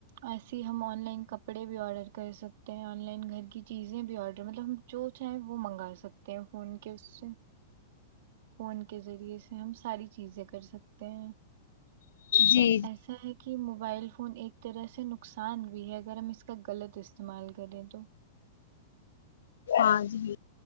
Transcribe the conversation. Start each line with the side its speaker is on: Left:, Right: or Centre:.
Right: ایسی ہی ہم آن لائن کپ پڑے بھی آڈر کر سکتے ہیں آن لائن گھر کی چیزیں بھی آڈر مطلب ہم جو چاہیں وہ منگا سکت تے فون کس سے فون کے ذریعے سے ہم ساری چیزیں کر سکتے ہیں
Left: جی
Right: پر ایسا ہے کہ موبائل فون ایک طرح سے نقصان بھی ہے اگر ہم اس کا غلط استعمال کریں تو
Left: ہاں جی